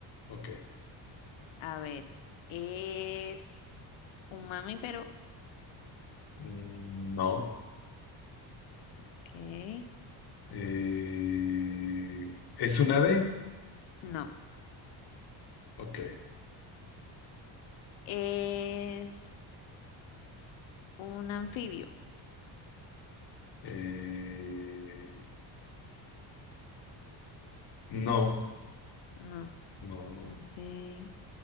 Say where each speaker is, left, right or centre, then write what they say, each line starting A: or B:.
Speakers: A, on the left; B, on the left.
A: ok.
B: a ver, es un mamífero.
A: Mm, No.
B: Okay.
A: Eh, ¿es un ave?
B: No,
A: Ok.
B: es un anfibio.
A: Eh, no,
B: No,
A: no, no, no,
B: okay.